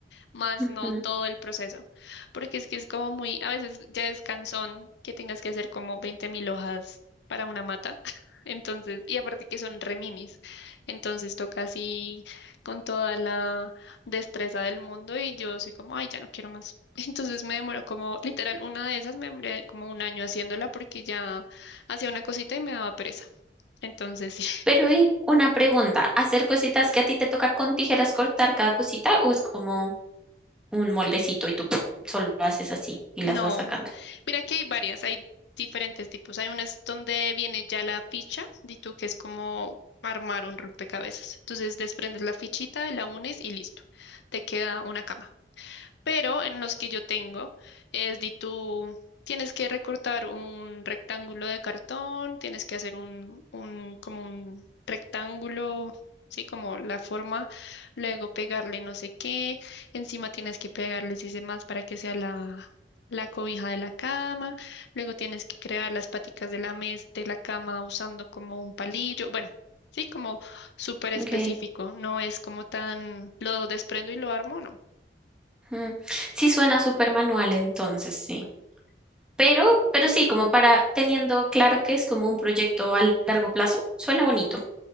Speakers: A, on the left; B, in the centre.
A: más
B: Ujú.
A: no todo el proceso, porque es que es como muy, a veces ya es cansón que tengas que hacer como veinte mil hojas para una mata, <laughs> entonces, y aparte que son reminis, entonces toca así con toda la destreza del mundo y yo soy como, ay, ya no quiero más. <laughs> Entonces me demoró como, literal, una de esas me demoré como un año haciéndola porque ya hacía una cosita y me daba pereza. Entonces, <laughs> sí.
B: Pero y una pregunta, ¿hacer cositas que a ti te toca con tijeras cortar cada cosita o es como un moldecito y tú ¡puf! solo haces así y las
A: No,
B: vas sacando.
A: mira que hay varias, hay diferentes tipos. Hay unas donde viene ya la ficha, di tú que es como armar un rompecabezas. Entonces desprendes la fichita, la unes y listo. Te queda una cama pero en los que yo tengo es de tú tienes que recortar un rectángulo de cartón, tienes que hacer un, un como un rectángulo, sí, como la forma, luego pegarle no sé qué, encima tienes que pegarle si se más para que sea la la cobija de la cama, luego tienes que crear las paticas de la mes de la cama usando como un palillo, bueno, sí, como súper específico,
B: Ujú, ok,
A: no es como tan lo desprendo y lo armo, no.
B: ujú. Sí suena súper manual entonces, sí. Pero, pero sí, como para teniendo claro que es como un proyecto a largo plazo, suena bonito.